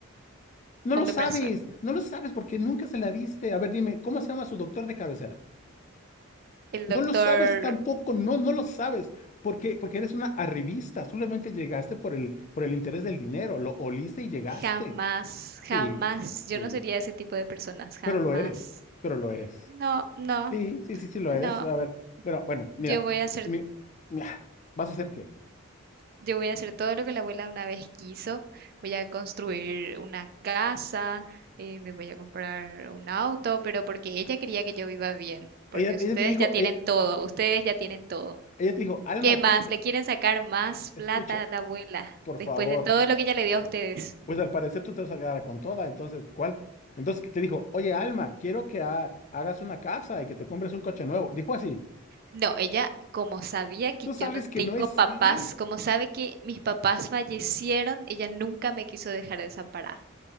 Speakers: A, on the left; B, on the right.
A: No lo
B: omeprazol.
A: sabes, no lo sabes porque nunca se la diste. A ver, dime, ¿cómo se llama su doctor de cabecera?
B: El
A: No
B: doctor
A: lo sabes tampoco, no, no lo sabes, porque, porque eres una arribista, solamente llegaste por el, por el interés del dinero, lo oliste y llegaste.
B: Jamás, jamás.
A: Sí,
B: Yo
A: sí,
B: no sería ese tipo de personas, jamás.
A: pero lo eres, pero lo eres.
B: No, no,
A: Sí, sí, sí, sí, lo
B: no.
A: eres. A ver, pero bueno, mira,
B: Yo voy a hacer,
A: mi, mi- vas a hacer qué
B: yo voy a hacer todo lo que la abuela una vez quiso. Voy a construir una casa, eh, me voy a comprar un auto, pero porque ella quería que yo viva bien. Porque
A: Ella,
B: ustedes
A: ella te dijo,
B: ya tienen
A: ella,
B: todo, ustedes ya tienen todo.
A: ella te dijo, Alma,
B: ¿Qué
A: quiero
B: más?
A: que,
B: ¿Le quieren sacar más plata
A: escucha,
B: a la abuela
A: por
B: después
A: favor,
B: de todo lo que ella le dio a ustedes?
A: pues al parecer tú te vas a quedar con toda, entonces, ¿cuál? Entonces te dijo, oye, Alma, quiero que ha- hagas una casa y que te compres un coche nuevo. Dijo así.
B: No, ella, como sabía que
A: Tú
B: yo
A: sabes
B: no tengo
A: que no es
B: papás,
A: cierto.
B: como sabe que mis papás fallecieron, ella nunca me quiso dejar desamparada.